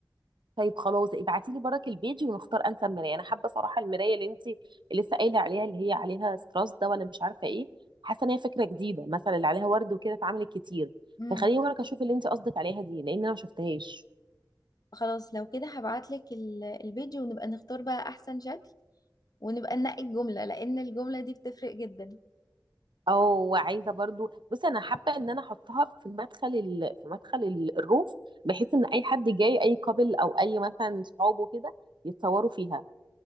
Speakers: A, on the right; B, on the left.
A: طيب خلاص ابعتي لي برك البيج ونختار انسب مرايه انا حابه صراحه المرايه اللي انت لسه قايله عليها اللي هي عليها ستراس ده ولا مش عارفه ايه حاسه ان هي فكره جديده مثلا اللي عليها ورد وكده اتعملت كتير
B: امم
A: فخليني برك اشوف اللي انت قصدك عليها دي لان انا ما شفتهاش
B: خلاص لو كده هبعتلك ال- الفيديو ونبقى نختار بقى احسن شكل ونبقى ننقي الجملة لان الجملة دي بتفرق جدا
A: او عايزه برضو بصي انا حابه ان انا احطها في مدخل ال... في مدخل ال- الروف بحيث ان اي حد جاي اي كابل او اي مثلا صحابه كده يتصوروا فيها